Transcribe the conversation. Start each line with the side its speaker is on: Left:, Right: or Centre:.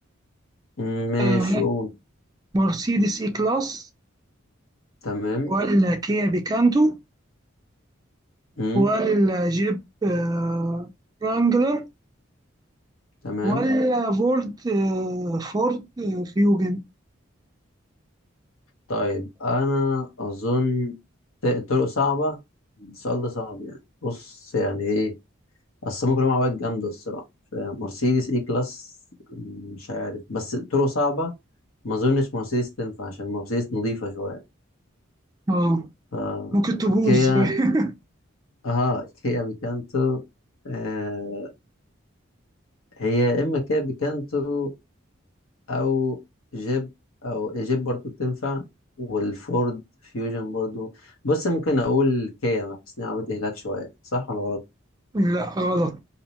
Left: مم، ماشي
Right: آه،
Left: قول
Right: مرسيدس إي كلاس
Left: تمام
Right: ولا كيا بيكانتو
Left: مم.
Right: ولا جيب آه، ورانجلر
Left: تمام
Right: ولا فورد آه، فورد آه، فيوجن
Left: طيب أنا أظن ت- طرق صعبة السؤال ده صعب يعني بص يعني إيه أصل هما كلهم عربيات جامدة الصراحة ف- مرسيدس إي كلاس مم، مش عارف بس طرق صعبة ما أظنش مرسيدس تنفع عشان مرسيدس نظيفة شوية
Right: آه،
Left: ف
Right: ممكن تبوظ
Left: كيا
Right: <laughs>
Left: اه كيا بيكانتو آه، هي يا إما كابي كانترو أو جيب أو جيب برضو بتنفع والفورد فيوجن برضو بص ممكن أقول كيا بحس إن هي عربية إهلاك شوية صح ولا غلط؟
Right: لا غلط